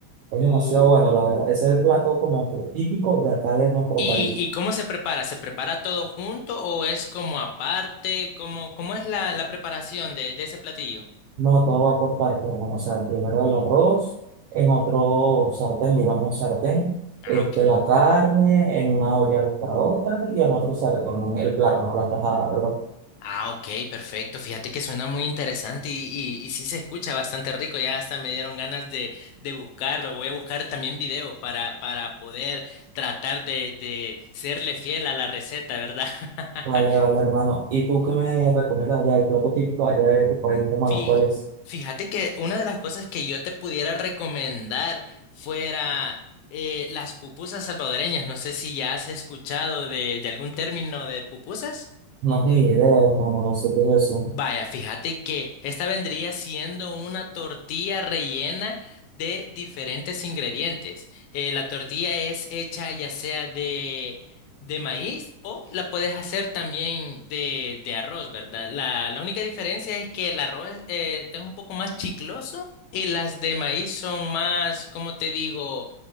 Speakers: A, on the right; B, on the left.
A: Es
B: Uh,
A: demasiado bueno, la verdad. Ese es el plato como que típico de acá de nuestro
B: ¿y,
A: país.
B: y cómo se prepara? ¿Se prepara todo junto o es como aparte? ¿Cómo, cómo es la, la preparación de, de ese platillo?
A: No, todo va por partes, hermano. O sea, primero el arroz, en otro sartén, digamos sartén,
B: Ah,
A: este,
B: ok.
A: la carne, en una olla las carotas y en otro sartén el plátano, las tajadas, bro.
B: Ah, ok, perfecto. Fíjate que suena muy interesante y, y, y sí se escucha bastante rico. Ya hasta me dieron ganas de, de buscarlo. Voy a buscar también videos para, para poder tratar de, de serle fiel a la receta, ¿verdad? <laughs>
A: Vale, vale, hermano. ¿Y tú qué me recomiendas allá? El plato típico allá de tu país, hermano,
B: Fí-
A: ¿cuál es?
B: Fíjate que una de las cosas que yo te pudiera recomendar fuera eh, las pupusas salvadoreñas. No sé si ya has escuchado de, de algún término de pupusas.
A: No tengo ni idea, hermano, no sé qué es eso.
B: Vaya, fíjate que esta vendría siendo una tortilla rellena de diferentes ingredientes. Eh, la tortilla es hecha ya sea de, de maíz o la puedes hacer también de, de arroz, ¿verdad? La, la única diferencia es que el arroz eh, es un poco más chicloso y las de maíz son más, ¿cómo te digo?